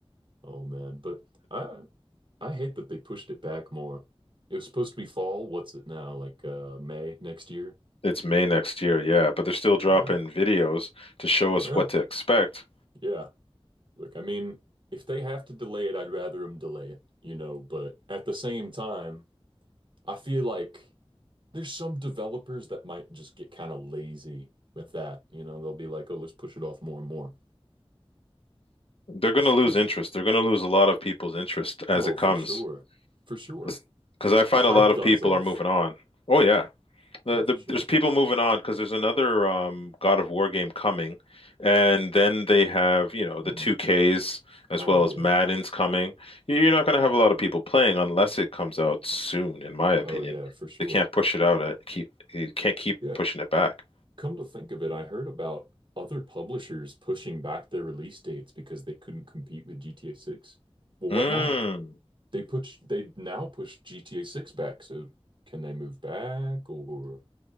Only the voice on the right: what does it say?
Oh man. But I I hate that they pushed it back more. It was supposed to be fall. What's it now? Like uh May next year?
Yeah.
Yeah.
Yeah. Look, I mean, if they have to delay it, I'd rather them delay it, you know, but at the same time, I feel like there's some developers that might just get kind of lazy with that. You know, they'll be like, "Oh, let's push it off more and more."
Yeah.
Oh,
for sure. For sure.
The hype
dies
off.
Yeah,
for sure.
Hmm.
Oh
yeah.
Oh yeah, for sure.
Yeah,
come to think of it, I heard about other publishers pushing back their release dates because they couldn't compete with GTA 6. Well, what
now? They push they now push GTA 6 back, so can they move back or